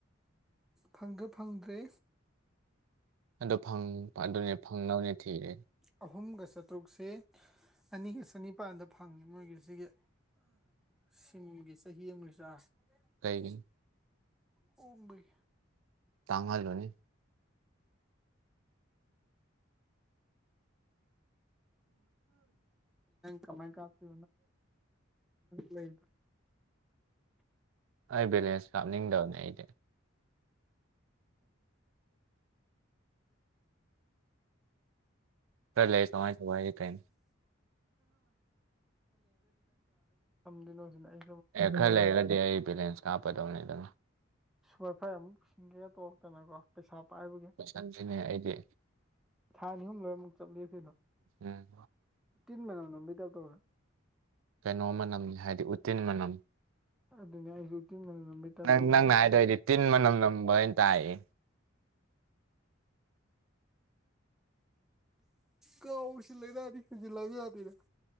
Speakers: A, in the centre; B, on the right.
A: ꯐꯪꯗ꯭ꯔ ꯐꯪꯗ꯭ꯔꯦ
B: ꯑꯗꯨ ꯐꯪ ꯑꯗꯨꯅꯤ ꯐꯪꯅꯕꯅꯦ ꯊꯤꯔꯤꯁꯦ
A: ꯑꯍꯨꯝꯒ ꯆꯥꯇ꯭ꯔꯨꯛꯁꯦ ꯑꯅꯤꯒ ꯆꯅꯤꯄꯥꯥꯟꯗ ꯐꯪꯉꯤ ꯃꯣꯏꯒꯤ ꯁꯤꯒꯤ ꯁꯤꯝꯒꯤ ꯆꯍꯤ ꯑꯃ ꯔꯤꯆꯥꯔꯁ ꯍ
B: ꯀꯩꯒꯤꯅꯣ
A: ꫪꯣꯡꯕꯒꯤ
B: ꯇꯥꯡꯍꯜꯂꯨꯅꯤ
A: ꯀꯃꯥꯏ ꯀꯇ ꯂꯩ <unintelligible>
B: ꯑꯩ ꯕꯦꯂꯦꯟꯁ ꯀꯥꯞꯅꯤꯡꯗꯕꯅꯦ ꯑꯩꯗꯤ ꯇꯜꯂꯦ ꯑꯩ ꯆꯪꯋꯥꯏ ꯆꯪꯋꯥꯏꯖꯦ ꯀꯩꯅꯣ
A: ꯗꯤꯅꯣꯖꯤꯅ ꯑꯩ
B: ꯑꯦ ꯈꯔ ꯂꯩꯔꯒꯗꯤ ꯑꯩ ꯕꯦꯂꯦꯟꯁ ꯀꯥꯞꯄꯗꯧꯅꯤꯗ
A: ꯋꯥꯏꯐꯥꯏ ꯑꯃꯨꯛ ꯁꯤꯟꯒꯦꯒ ꯇꯧꯔꯛꯇꯅꯀꯣ ꯄꯩꯁꯥ ꯄꯥꯏꯕꯒꯤ
B: ꯂꯣꯏꯁꯟꯗ꯭ꯔꯤꯅꯦ ꯑꯩꯗꯤ
A: ꯊꯥ ꯑꯅꯤ ꯑꯍꯨꯝ ꯂꯣꯏꯔ ꯑꯃꯨꯛ ꯆꯞ ꯂꯦꯞꯈꯤꯗꯣ
B: ꯎꯝ
A: ꯇꯤꯟ ꯃꯅꯝ ꯅꯝꯕꯩ ꯇꯥꯢꯞ ꯇꯧꯔꯦ
B: ꯀꯩꯅꯣ ꯃꯅꯝꯅꯤ ꯍꯥꯏꯗꯤ ꯎꯇꯤꯟ ꯃꯅꯝ
A: ꯑꯗꯨꯅꯦ ꯑꯩꯖꯨ ꯎꯇꯤꯟ ꯃꯅꯝ ꯅꯝꯕꯩ ꯇꯥꯏꯞ
B: ꯅꯪ
A: ꯇꯧꯗꯅ
B: ꯅꯪꯅ ꯍꯥꯏꯗꯣ ꯑꯩꯗꯤ ꯇꯤꯟ ꯃꯅꯝ ꯅꯝꯕ ꯑꯅ ꯇꯥꯏꯌꯦ
A: ꯀꯥꯎ ꯁꯤꯜ ꯂꯩ ꯇꯑꯗꯤ ꯁꯤꯖꯤꯜꯂꯕ ꯌꯥꯗꯦ꯫ ꯍꯥꯏꯗ